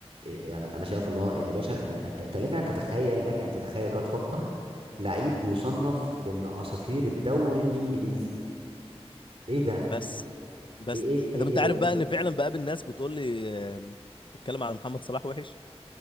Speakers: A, on the right (about 60°); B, on the left (about 50°).
A: إيه، انا انا شايف ان هو يا باشا إن- انت أنت لك ان تتخيل لك ان تتخيل كده تفكر لعيب بيصنف ضمن اساطير الدوري الانجليزي ايه ده
B: بس بس
A: ايه ايه ايه,
B: انت انت
A: إيه
B: عارف
A: ده
B: بقى ان فعلا بقابل ناس بتقول لي آه، تتكلم على محمد صلاح وحش